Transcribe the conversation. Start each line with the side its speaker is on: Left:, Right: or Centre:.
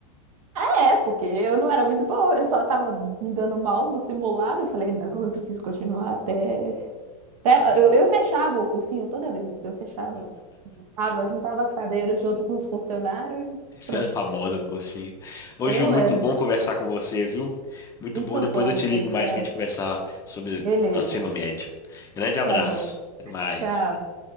Right: É, porque eu não era muito boa, eu só tava me dando mal no simulado. Eu falei, não, eu preciso continuar até. até... Eu, eu fechava o cursinho toda vez, eu fechava. Tava, juntava as cadeiras junto com os funcionários e
Left: Isso
Right: pronto.
Left: era famosa no cursinho. Ô,
Right: Eu
Left: Ju, muito
Right: era.
Left: bom conversar com você, viu? Muito
Right: Muito
Left: bom. Depois
Right: bom,
Left: eu te ligo
Right: Gabriel.
Left: mais pra gente conversar sobre
Right: Beleza.
Left: nosso ensino médio. Grande abraço.
Right: Tá bom.
Left: Até mais.
Right: Tchau.